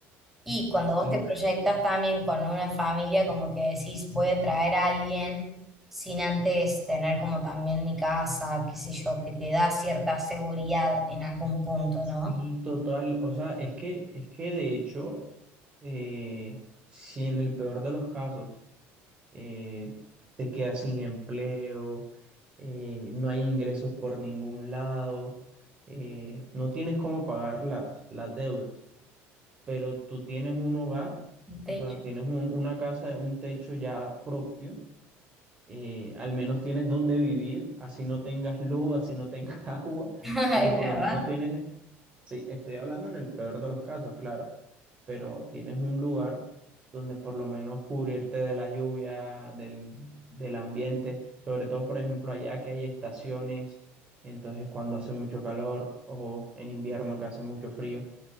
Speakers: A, in the centre; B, on the right (about 20°).
A: Y cuando vos
B: Y
A: te proyectas también con una familia, como que decís, voy a traer a alguien sin antes tener como también mi casa, qué sé yo, que te da cierta seguridad en algún punto,
B: Sí,
A: ¿no?
B: total. O sea, es que, es que de hecho, eh, si en el peor de los casos eh, te quedas sin empleo, eh, no hay ingresos por ningún lado, eh, no tienes cómo pagar las, las deudas, pero tú tienes un hogar,
A: Un techo.
B: o sea, tienes un- una casa, un techo ya propio eh, al menos tienes dónde vivir, así no tengas luz, así no tengas <laughs> agua,
A: <laughs> Es verdad,
B: pero por lo menos tienes, sí, estoy hablando en el peor de los casos, claro, pero tienes un lugar donde por lo menos cubrirte de la lluvia, del, del ambiente, sobre todo, por ejemplo, allá que hay estaciones, entonces cuando hace mucho calor o en invierno que hace mucho frío,